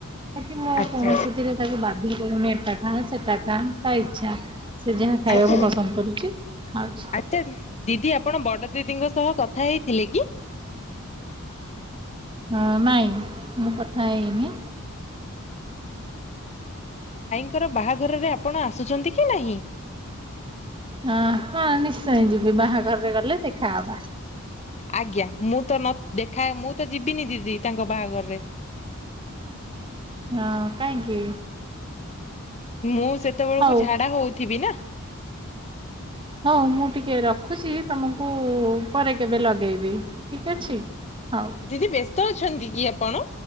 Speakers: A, on the right; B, on the left.
A: ବାକି ମୁଁ
B: ଆଚ୍ଛା
A: କୌଣସି ରେ ତାକୁ ବାଧ୍ୟ କରୁନି ଏଟା ଖା ସେଟା ଖା ତା ଇଚ୍ଛା ସେ ଯାହା ଖାଇବାକୁ
B: ଆଚ୍ଛା
A: ପସନ୍ଦ କରୁଛି ଖାଉଛି।
B: ଆଚ୍ଛା ଦିଦି ଆପଣ ବଡ ଦିଦିଙ୍କ ସହ କଥା ହେଇଥିଲେ କି?
A: ହଁ ନାଇଁ ମୁଁ କଥା ହେଇନି।
B: ଙ୍କର ବାହାଘରରେ ଆପଣ ଆସୁଛନ୍ତି କି ନାହିଁ।
A: ହଁ ହଁ ନିଶ୍ଚୟ ଯିବି ବାହାଘରରେ ଗଲେ ଦେଖାହବା।
B: ଆଜ୍ଞା ମୁଁ ତ ନ ଦେଖାଏ ମୁଁ ତ ଯିବିନି ଦିଦି ତାଙ୍କ ବାହାଘରରେ।
A: ହଁ କାହିଁକି?
B: ମୁଁ। ସେତେବେଳକୁ
A: ହଉ।
B: ଝାଡ଼ା ହେଉଥିବି ନା।
A: ହଉ ମୁଁ ଟିକେ ରଖୁଛି ତମକୁ ପରେ କେବେ ଲଗେଇବି ଠିକ ଅଛି। ହଉ।
B: ଦିଦି ବେଶ। ଅଛନ୍ତି କି ଆପଣ।